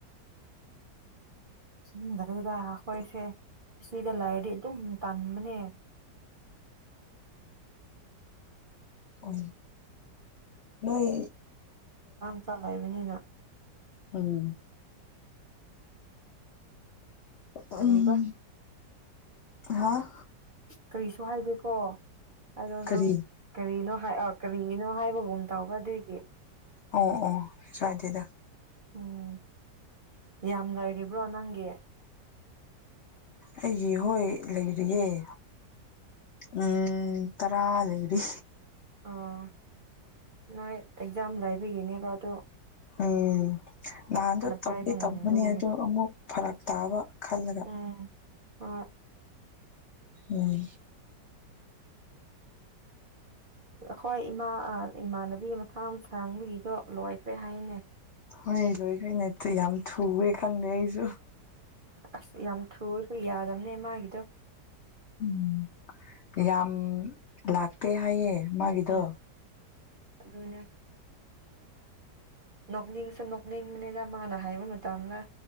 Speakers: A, on the right; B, on the left.
A: ꯨꯝ ꯒꯥꯔꯤꯗ ꯑꯩꯈꯣꯏꯁꯦ ꯑꯁꯤꯗ ꯂꯥꯏꯔꯗꯤ ꯑꯗꯨꯝ ꯇꯥꯟꯕꯅꯦ꯫
B: ꯎꯝ ꯅꯣꯏ
A: ꯆꯠꯂ ꯂꯩꯕꯅꯤꯅ
B: ꯎꯝ ꯎꯝ
A: ꯀꯔꯤꯕ
B: ꯍꯥꯥ
A: ꯀꯔꯤꯁꯨ ꯍꯥꯏꯗꯦꯀꯣ ꯑꯗꯣ
B: ꯀꯔꯤ
A: ꯅꯪ ꯀꯔꯤꯅꯣ ꯀꯔꯤꯅꯣ ꯍꯥꯏꯕꯒꯨꯝ ꯇꯥꯎꯕ ꯑꯗꯨꯏꯒꯤ
B: ꯑꯣ ꯑꯣ ꯁꯋꯥꯏꯗꯦꯗ꯫
A: ꯎꯝ ꯌꯥꯝ ꯂꯩꯔꯤꯕ꯭ꯔꯣ ꯅꯪꯒꯤ꯫
B: ꯑꯩꯒꯤ ꯍꯣꯏ ꯂꯩꯔꯤꯌꯦꯦ ꯎꯝ ꯇꯔꯥ ꯂꯩꯔꯤ
A: ꯑꯣ ꯅꯣꯏ ꯑꯦꯛꯖꯥꯝ ꯂꯩꯥꯏꯕꯤꯒꯤꯅꯦꯕ ꯑꯗꯨꯣ
B: ꯎꯝ ꯅꯍꯥꯟꯗꯣ ꯇꯧꯗꯤꯦ
A: ꯄꯥꯏꯕ
B: ꯇꯧꯕꯃꯅꯤ
A: ꯉꯝꯗꯕꯒꯤ
B: ꯑꯗ ꯑꯃꯨꯛ ꯐꯔꯛ ꯇꯥꯕ ꯈꯜꯂꯒ
A: ꯎꯝ ꯍꯣꯏ
B: ꯎꯝ
A: ꯍꯣꯏ ꯏꯃꯥ ꯏꯃꯥꯟꯅꯕꯤ ꯃꯁꯥ ꯃꯁꯥꯡꯕꯒꯤꯗꯣ ꯂꯣꯏꯕ꯭ꯔꯦ ꯍꯥꯏꯅꯦ
B: ꯍꯣꯏ ꯂꯣꯏꯈꯩ ꯅꯠꯇ ꯌꯥꯝ ꯊꯨꯑꯦ ꯈꯪꯗꯦ ꯑꯩꯁꯨ
A: ꯑꯁ ꯌꯥꯝ ꯊꯨꯔꯁꯨ ꯌꯥꯗꯅꯦ ꯃꯥꯒꯤꯗꯣ
B: ꯎꯝ ꯌꯥꯝ ꯂꯥꯛꯇꯦ ꯍꯥꯏꯌꯦ ꯃꯥꯒꯤꯗꯣ
A: ꯎꯝ ꯑꯗꯨꯅꯦ ꯅꯣꯛꯅꯤꯡꯁꯦ ꯅꯣꯛꯅꯤꯡꯕꯅꯤꯅ ꯃꯥꯅ ꯍꯥꯏꯕ ꯃꯇꯝꯗ